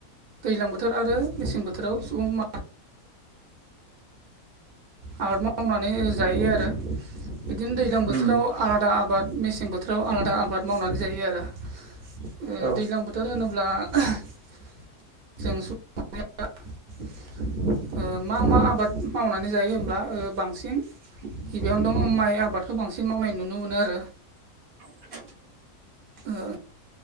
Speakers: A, on the right (about 40°); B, on the right (about 70°).
A: दैलां बोथोर आरो मेसें बोथोराव सुबुं मा आबाद मावनानै जायो आरो बिदिनो दैज्लां बोथोराव
B: उम
A: आलादा आबाद मेसें बोथोराव आलादा आबाद मावनानै जायो आरो ओ
B: औ
A: दैज्लां बोथ बोथोर होनोब्ला <unintelligible> जों <unintelligible> ओ मा मा आबाद मावनानै जायो होनोमब्ला ओ बांसिन गिबियावनो दं माइ आबादखौ बांसिन मावनाय नुनो मोनो आरो।
B: <inaudible>
A: ओ